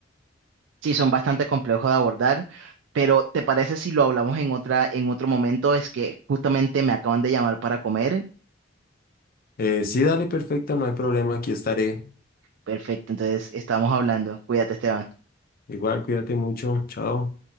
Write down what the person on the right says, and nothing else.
Sí, son bastante complejos de abordar, pero ¿te parece si lo hablamos en otra, en otro momento? Es que justamente me acaban de llamar para comer.
Perfecto, entonces estamos hablando. Cuídate, Esteban.